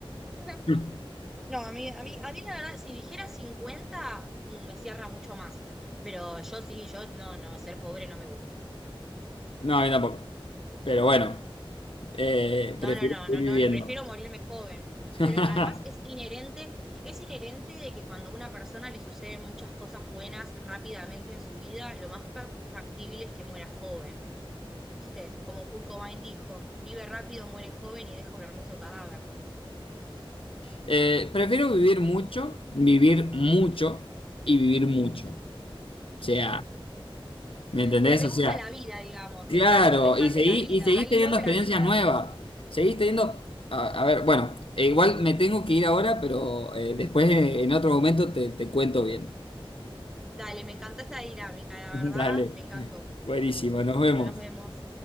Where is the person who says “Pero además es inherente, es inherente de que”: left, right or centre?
Centre